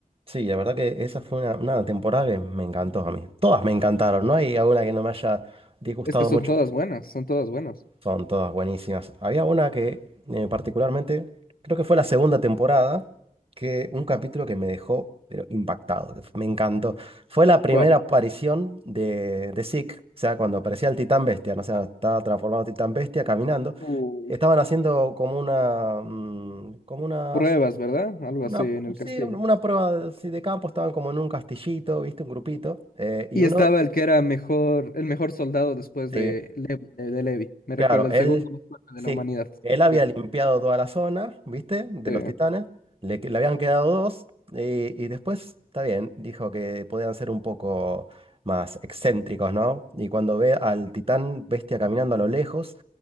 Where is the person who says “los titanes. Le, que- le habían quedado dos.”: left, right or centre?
Right